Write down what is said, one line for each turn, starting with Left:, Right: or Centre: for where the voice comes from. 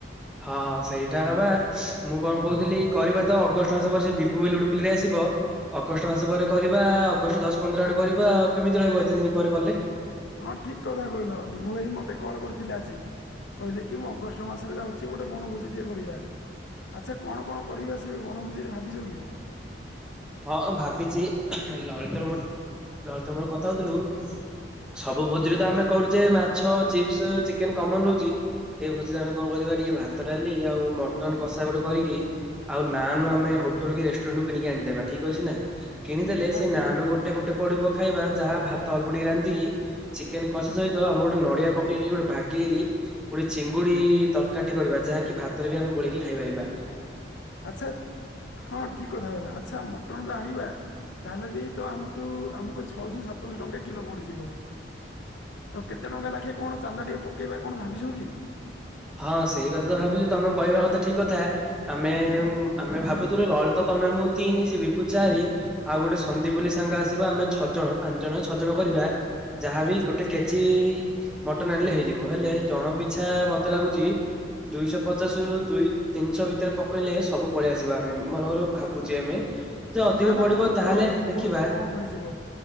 Centre: ହଁ! ସେଇଟା ବା। ମୁଁ କଣ କହୁଥିଲି କରିବା ତ ଅଗଷ୍ଟ ମାସ ପରେ ସେ ବିଭୁ ବୋଲି ଗୋଟେ ପିଲାଟେ ଆସିବ ଅଗଷ୍ଟ ମାସ ପରେ କରିବା ଅଗଷ୍ଟ ଦଶ ପନ୍ଦର ଆଡକୁ କରିବା ଆଉ କେମିତି ରହିବ ଏତେ ଦିନ ପରେ କଲେ?
Left: ହଁ ଠିକ କଥା କହିଲ ବିଭୁ ଭାଇ ମତେ କଲ କରିଥିଲେ ଆଜି କହିଲେ କି ମୁଁ ଅଗଷ୍ଟ ମାସରେ ଯାଉଛି। ସେ ଗୋଟେ ବଣଭୋଜି ଟିଏ କରିବା ଆଚ୍ଛା କଣ କଣ କରିବା ସେ ବଣଭୋଜିରେ ଭାବିଛ କି?
Centre: ହଁଁ ଭାବିଛି ଲଳିତର ମୋର ଲଳିତର ମୋର କଥା ହଉଥିଲୁ ସବୁ ଭୋଜିରେ ତ ଆମେ କରୁଛେ ମାଛ ଚିପ୍ସ ଚିକେନ କମନ ରହୁଛି ଏଇ ଭୋଜିରେ ଆମେ କଣ କରିବା ଟିକେ ଭାତ ଡାଲି ଆଉ ମଟନ କଷା ଗୋଟେ କରିକି ଆଉ ନାଁନ ଆମେ ହୋଟେଲ କି ରେଷ୍ଟୁରାଣ୍ଟ ରୁ କିଣିକି ଆଣିଦେବା। ଠିକ ଅଛି ନା କିଣିଦେଲେ
Left: ହଁ
Centre: ସେ
Left: ଠିକ
Centre: ନାଁନ୍
Left: କଥା କହିଲ
Centre: ଗୋଟେ ଗୋଟେ ପଡିବ ଖାଇବା ଯାହା ଭାତ ଅଳ୍ପ ଟିକେ ରାନ୍ଧିକି ଚିକେନ୍ କଷା ସହିତ ଆମେ ଗୋଟେ ନଡିଆ ପକେଇକି ଗୋଟେ ବାଗେଇ ରି ଗୋଟେ ଚିଙ୍ଗୁଡି ତରକାରୀ ଟେ କରିବା ଯାହାକି ଭାତରେ ବି ଆମେ ଗୋଳେଇକି ଖାଇ ପାରିବା।
Left: ଆଚ୍ଛା! ହଁ ଠିକ କଥା କହିଲ ଆଚ୍ଛା ମଟନ ଯୋଉ ଆଣିବା ଯାହେଲେ ବି ତ ଆମ ଠୁ ଆମକୁ ଛଅଶହ ସାତଶହ ଟଙ୍କା କିଲୋ ପଡିଯିବ। ତ କେତେ ଟଙ୍କା ଲାଖେ କଣ ଚାନ୍ଦା ଟିକେ ପକେଇବା କଣ ଭାବିଛ କି?
Centre: ହଁ ସେଇ କଥା ତ ଭାବିଛୁ ତମେ କହିବା କଥା ଠିକ କଥା ଆମେ ଆମେ ଭାବୁଥିଲୁ ଲଳିତ ତମେ ମୁଁ ତିନ୍ ସେ ବିଭୁ ଚାରି। ଆଉ
Left: ଚାରି
Centre: ଗୋଟେ ସନ୍ଦୀପ ବୋଲି ସାଙ୍ଗ ଆସିବ ଆମେ ଛଅ ଜଣ ପାଞ୍ଚ ଜଣ ଛଅ ଜଣ କରିବା ଯାହାଭି
Left: ଆଚ୍ଛା
Centre: ଗୋଟେ
Left: ଆଚ୍ଛା
Centre: କେଜି ମଟନ ଆଣିଲେ ହେଇଯିବ ହେଲେ ଜଣ ପିଛା ମତେ ଲାଗୁଚି ଦୁଇଶହ ପଚାଶରୁ ଦୁଇ ତିନିଶହ ଭିତରେ ପକେଇଲେ ସବୁ ପଳେଇଆସିବା ଆମେ ମନେ କର ଭାବୁଛେ ଆମେ। ଯେ ଅଧିକ
Left: ନା! ନା!
Centre: ପଡିବ
Left: ବୋହୁତ
Centre: ତାହେଲେ ଦେଖିବା
Left: ବୋହୁତ କମ ହେଇଯିବ।